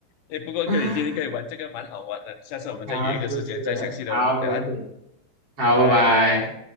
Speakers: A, on the left; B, on the right.
A: 诶，不过跟你今天可以玩这个蛮好玩的，
B: <laughs>
A: 下次我们再约一个时间再详细的聊啊，
B: 啊，是是，好，没问题，好，
A: 拜拜。
B: 拜拜。